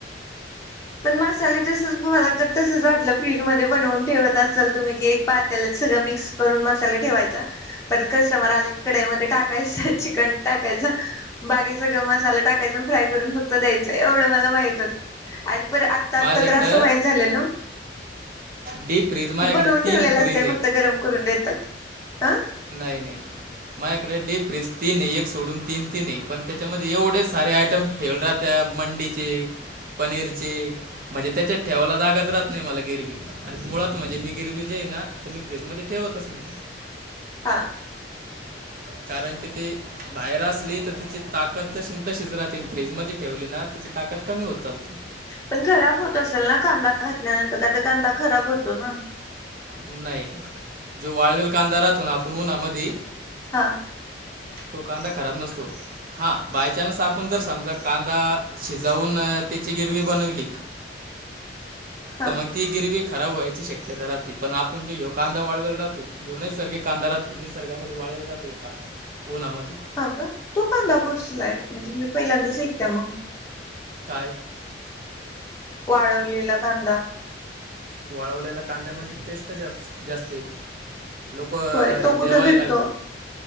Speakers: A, on the left; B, on the right.
A: पण मग ले तसच म मला तर तसच वाटलं फ्रीज मध्ये बनवून ठेवत असल तुम्ही क एक पात्यालाच सगं मिक्स करून मसाले ठेवायचा परत कस्टमर आला कडईमध्ये टाकायचं चिकन टाकायचं. बाकी सगळं मसाला टाकायचा फ्राय करून फक्त द्यायचं एवढं मला माहित होत. अरे पर आत्ता
B: माझ्याकडं
A: आता तर्र असं व्हायच झालेलं.
B: डीप फ्रीज माझ्याकडे
A: कि बनवून
B: तीन
A: ठेवलेलं
B: फ्रीज
A: असत
B: आहे
A: फक्त गरम करून देतात अं.
B: नाही नाही. माझ्याकडे डीप रेस तीन आहे एक सोडून तीन तीन आहे पण त्याच्यामध्ये एवढे सारे आयटम. ठेव राह त्या मंडीची पनीरची म्हणजे त्याच्यात ठेवायला जागाच राहत नाही मला गिरवी आणि मुळात म्हणजे मी गिरवी जीआहे ना तर मी फ्रीज मध्ये ठेवतच नाही
A: हा
B: ह कारण की ती बाहेर असली तर तिची ताकद ज त शिज रा ती फ्रीजमध्ये ठेवली ना तिची ताकद कमी होत लते
A: पण खराब होत असेल ना कांदा घातल्यानंतर काय तर कांदा खराब होतो ना
B: नाही नाही जो वाळवेल कांदा राहतो ना आपण हो ना मधी
A: हां.
B: तो कांदा खराब नसतो. हा बायचान्स आपण जर समजा कांदा शिजवून त्याची गिरवी बनवली.
A: हा
B: तर मग ती गिरवी खराब व्हायची शक्यता राहती. पण आपण जो हो कांदा वाळवेला राहतो यो नाही सर्गे कांदा राहो निसर्गामध्ये वाळेला राहो कांदा उन्हामध्ये
A: हा का तू कांदा कुर्सलाय म्हणजे मी पहिल्यांदाच एकते मग
B: काय
A: वाळवलेला कांदा
B: वाळवलेल्या कांद्यामध्ये टेस्ट जास् जास्त येते लोक
A: होय तो कुठे
B: जेवायला
A: भेटतो